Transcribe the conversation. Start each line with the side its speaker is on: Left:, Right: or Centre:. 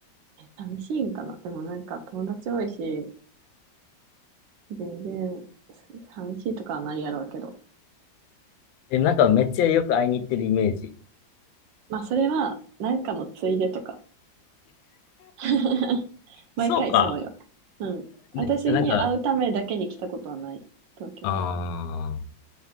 Right: 寂しいんかなでもなんか友達多いし、全然す寂しいとかはないやろうけど。
Left: え、なんかめっちゃよく会いに行ってるイメージ。
Right: まあそれは、なんかのついでとか。<laughs> 毎回そうよ。
Left: そうか。
Right: うん。
Left: ね、
Right: 私に会うためだけに来たことはない。
Left: なんか、
Right: 東京に。
Left: ああ、